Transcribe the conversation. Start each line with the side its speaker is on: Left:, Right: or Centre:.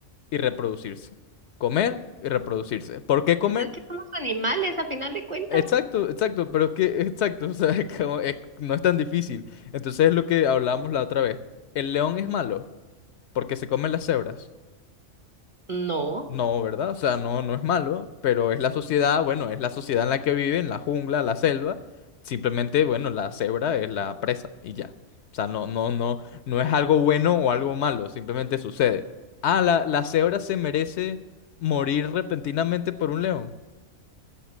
Left: y reproducirse. Comer y reproducirse. ¿Por qué comer?
Right: Pues Es que somos animales a final de cuentas.
Left: Exacto, exacto, pero es que, exacto, o sea, <laughs> como- es- no es tan difícil. Entonces es lo que hablábamos la otra vez. ¿El león es malo? Porque se come las cebras.
Right: No,
Left: No, ¿verdad? O sea, no, no es malo, pero es la sociedad, bueno, es la sociedad en la que viven, la jungla, la selva. Simplemente, bueno, la cebra es la presa y ya. O sea, no, no, no, no es algo bueno o algo malo, simplemente sucede. Ah, la, la cebra se merece morir repentinamente por un león.